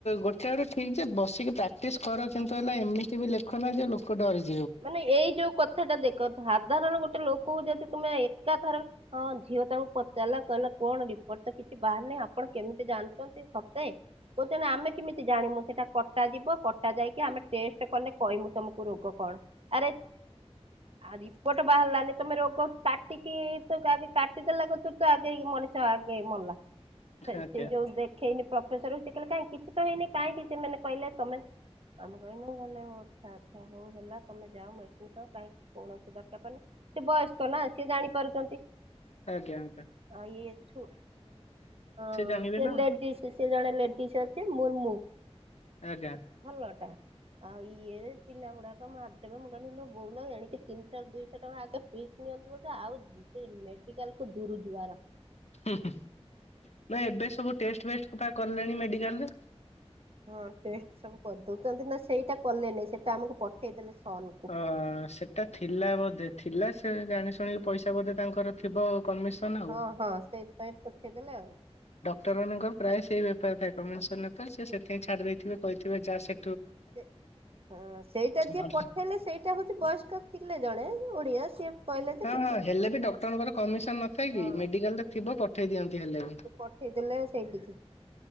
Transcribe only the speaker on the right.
ମାନେ ଏଇ ଯୋଉ କଥାଟା ଦେଖ ସାଧାରଣ ଗୋଟେ ଲୋକ। କୁ ଯଦି ତୁମେ ଏକାଥର ହ ଝିଅ ତାଙ୍କୁ ପଚାରିଲା କହିଲା କଣ ରିପୋର୍ଟ ତ କିଛି ବାହାର ନାିଁ ଆପଣ କେମିତି ଜାଣିଛନ୍ତି ସତେ କହୁଛନ୍ତି ଆମେ କେମିତି ଜାଣମୁ ସେଟା କଟା ଯିବ କଟା ଯାଇକି ଆମେ ଟେଷ୍ଟ କଲେ କହମୁ ତମକୁ ରୋଗ କଣ। ଆରେ ଆଉ ଦିପଟ ବାହାରିଲାନି ତମେ ରୋଗ କାଟିକି ତୁ ଆଗେ କାଟିଦେଲା କୁ ତୁ ଆଗେ ମଣିଷ ଆଗେ ମଲା
ସେ ଯୋଉ ଦେଖେଇନି ପ୍ରଫେସରକୁ। ସେ କିଲେ କାହିଁ କିଛି ତ ହେଇନି କାହିଁକି ସେମାନେ କହିଲେ ତମେ ଆମେ କହନୁ ଗଲେଉ ଅଚ୍ଛା ଆଚଛା ହଉ ହେଲା। ତମେ ଯାଅ ମେଡିସିନ ଖ କାଇଁ କୌଣସି ଦରକାରନି ସେ ବୟସ୍କ ନା ସି ଜାଣି ପାରୁଛନ୍ତି।
ଆଉ ଇଏଛୁ ହଁ
ସେ
ଲେଡି ସେ ଜଣେ ଲେଡିସ୍ ଅଛି ମୁର୍ମୁ।
ଭଲ ଟା ଆଉ ଇଏ ପିଲା ଗୁଡାକ ମାର ଶେଇପା ମୁଁ କହିଲି ଇଲୋ ବୋଉଲୋ ଏଣିକି ତିନିଶ ଦୁଇଶହ ଟଙ୍କା ଆଗେ ଫିସ୍ ନିଅନ୍ତୁ ବୋଧେ ଆଉ କେତେକ ମେଡିକାଲ କୁ ଅ ଦୂରୁ ଦ୍ୱର
ହଁ ଟଷ୍ଟ ସବୁ କରିଦଉଛନ୍ତି ନା ସେଇଟା କଲେନାଇଁ ସେଇଟା ଆମକୁ ପଠେଇଦେଲେ। ସନ କୁ।
ହଁ ହଁ ସେଇଥିପାଇଁ ପଠେଇଦେଲେ ଆଉ।
ସେ ହଁ ସେଇଟା ଯିଏ
ପଠେଇଲା ସି ସେଇଟା ହଉଛି ବୟସ୍କପ ଥିଲେ ଜଣେ ଓଡିଆ ସିଏ କହିଲେ ଯେ
କିଛି
ରିପୋର୍ଟ
ନାହିଁ
ହଁ
ସେ ପଠେଇଦେଲେ ସେଇଠିକି।